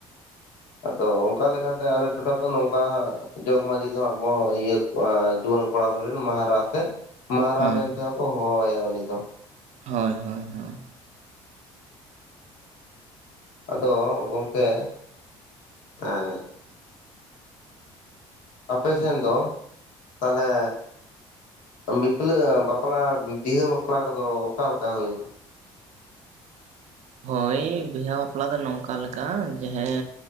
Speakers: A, on the left; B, on the right.
A: ᱟᱫᱚ ᱚᱱᱠᱟ ᱞᱮᱠᱟᱛᱮ ᱟᱞᱮ ᱴᱚᱴᱷᱟ ᱫᱚ ᱱᱚᱝᱠᱟ ᱦᱟᱸᱜ ᱡᱚᱜᱽ ᱢᱟᱺᱡᱷᱤ ᱫᱚ ᱦᱟᱸᱜ ᱟᱵᱚ ᱤᱭᱟᱹ ᱠᱚᱣᱟ ᱡᱩᱣᱟᱹᱱ ᱠᱚᱲᱟ ᱠᱩᱲᱤ ᱨᱮᱱ ᱢᱟᱦᱟᱨᱟ ᱦᱮᱸᱥᱮ ᱢᱟᱦᱟᱨᱟ
B: ᱦᱳᱭ
A: ᱢᱮᱱ ᱛᱮᱦᱚᱸ ᱠᱚ ᱦᱚᱦᱚᱣᱟᱭᱟ ᱩᱱᱤ ᱫᱚ ᱾
B: ᱦᱳᱭ ᱦᱳᱭ ᱦᱳᱭ᱾
A: ᱟᱫᱚ ᱜᱚᱢᱠᱮ ᱮᱸᱜ ᱟᱯᱮᱥᱮᱱ ᱫᱚ ᱛᱟᱦᱟᱞᱮ ᱵᱤᱯᱞᱟᱹᱜ ᱵᱟᱯᱞᱟ ᱵᱤᱦᱟᱹ ᱵᱟᱯᱞᱟ ᱠᱚᱫᱚ ᱚᱠᱟ ᱞᱮᱠᱟ ᱦᱩᱭᱩᱜᱼᱟ?
B: ᱦᱳᱭ ᱵᱤᱦᱟ ᱵᱟᱯᱞᱟ ᱫᱚ ᱱᱚᱝᱠᱟ ᱞᱮᱠᱟ ᱡᱮ ᱦᱮᱸ